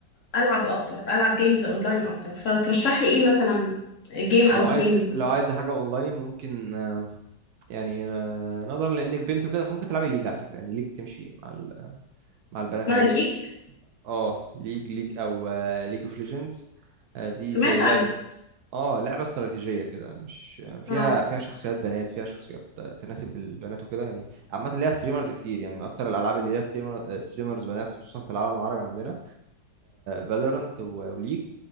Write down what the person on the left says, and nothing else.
العب اكتر العب جيمز اونلاين اكتر فترشح لي ايه مثلا جيم او
اتنين
اسمها
ليج
سمعت
عنها
اه